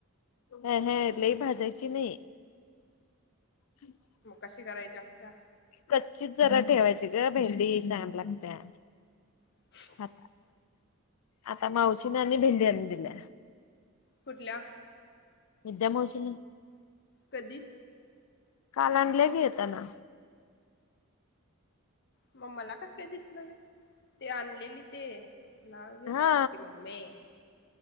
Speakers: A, on the left (about 80°); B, on the left (about 50°).
A: अह अह लई भाजायची नाही. <inaudible>
B: मग कशी करायची असत्या.
A: कच्चीच जरा ठेवायची गं भेंडी चांगली लागत्या.
B: <inaudible>
A: हा आता मावशीन आणि भेंडी आणून दिल्या.
B: कुठल्या?
A: विद्या मावशीन
B: कधी
A: काल आणल्या बी येता ना
B: मग मला कसं काय दिसलं नाही ते आणलेली ते नाव घेऊ
A: हा
B: नकोस की मम्मे